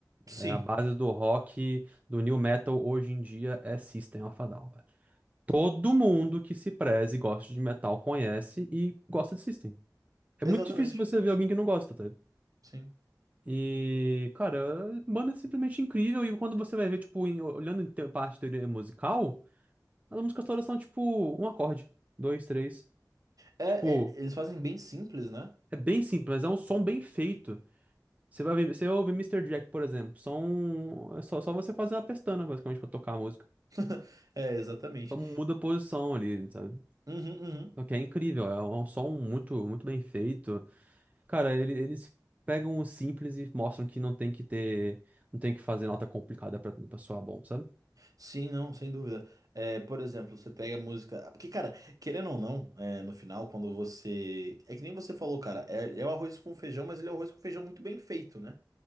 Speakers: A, on the right (about 55°); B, on the right (about 20°).
A: Sim,
B: É a base do rock, do new metal hoje em dia é System of a Down, velho. Todo mundo que se preze e gosta de metal conhece e gosta de System. É
A: exatamente.
B: muito difícil você ver alguém que não gosta, tá?
A: Sim.
B: E, cara, banda é simplesmente incrível e quando você vai ver, tipo, em- olhando em te- parte de teoria musical, as músicas todas são tipo um acorde, dois, três.
A: É,
B: Tipo,
A: e- eles fazem bem simples, né?
B: É bem simples, mas é um som bem feito. Você vai ver, você ouve Mister Jack, por exemplo, som, é só, só você fazer uma pestana, basicamente, pra tocar a música.
A: <laughs> É, exatamente.
B: Só muda a posição ali, sabe?
A: Uhum, uhum.
B: Só que é incrível, é um é um som muito, muito bem feito. Cara, ele- eles pegam o simples e mostram que não tem que ter, não tem que fazer nota complicada pra, pra soar bom, sabe?
A: Sim, não, sem dúvida. É, por exemplo, você pega a música. Porque, cara, querendo ou não, é, no final, quando você. É que nem você falou, cara, é, é o arroz com feijão, mas ele é o arroz com feijão muito bem feito, né?